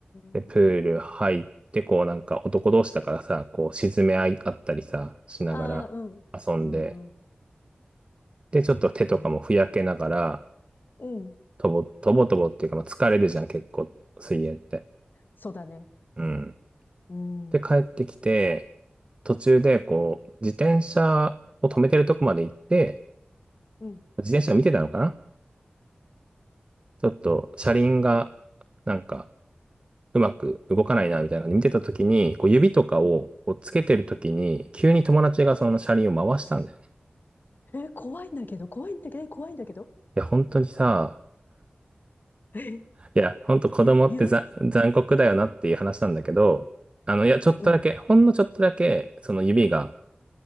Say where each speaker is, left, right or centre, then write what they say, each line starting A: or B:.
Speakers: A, on the right; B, on the left.
A: で、
B: え
A: プール入って、こうなんか男同士だからさ、こう沈め合いあったりさ、しながら遊んで、
B: ああ、うん、うん、うん。
A: で、ちょっと手とかもふやけながら、
B: ええうん。
A: とぼ、とぼとぼっていうか、まあ、疲れるじゃん、結構、水泳って。
B: そうだね。
A: うん。
B: うん。
A: で、帰ってきて、途中でこう、自転車を止めてるとこまで行って、
B: うん、
A: 自転車を見てたのかなちょっと車輪が、なんか、うまく動かないな、みたいなので見てた時に、こう指とかをこうつけてる時に、
B: うん。
A: 急に友達がその車輪を回したんだよね。
B: えー怖いんだけど、怖いんだけど、怖いんだけど。
A: いや、本当にさ、
B: えー、
A: いや、本当子供ってざ残酷だよなっていう話なんだけど、
B: ゆ、言う
A: あの、いや、ちょっとだけ、
B: うん。
A: ほんのちょっとだけ、その指が、